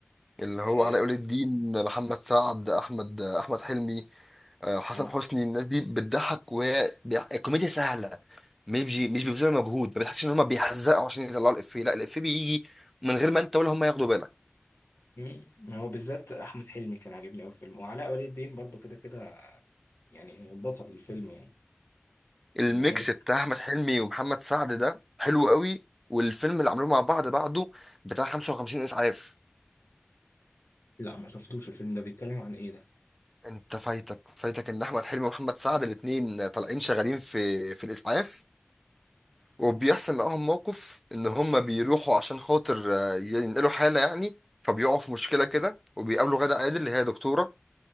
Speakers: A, in the centre; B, on the left.
A: اللي هو
B: اه
A: علاء ولي الدين محمد سعد احمد احمد حلمي آه، حسن
B: آه.
A: حسني الناس دي بتضحك وهي بي- الكوميديا سهله مش بي... مش بيبذلوا مجهود ما بتحسش ان هم بيحزقوا عشان يطلعوا الافيه لا الافيه بيجي من غير ما انت ولا هم ياخدوا بالك
B: مم. هو بالذات احمد حلمي كان عاجبني قوي في الفيلم وعلاء ولي الدين برضو كده كده يعني بطل الفيلم يعني من
A: الميكس
B: غير
A: بتاع احمد حلمي ومحمد سعد ده حلو قوي والفيلم اللي عملوه مع بعض بعده بتاع 55 اسعاف
B: لا ما شفتوش الفيلم ده بيتكلم عن ايه ده
A: انت فايتك فايتك ان احمد حلمي ومحمد سعد الاتنين طالعين شغالين في في الاسعاف وبيحصل معاهم موقف ان هم بيروحوا عشان خاطر آه، ينقلوا حاله يعني فبيقعوا في مشكله كده وبيقابلوا غادة عادل اللي هي دكتوره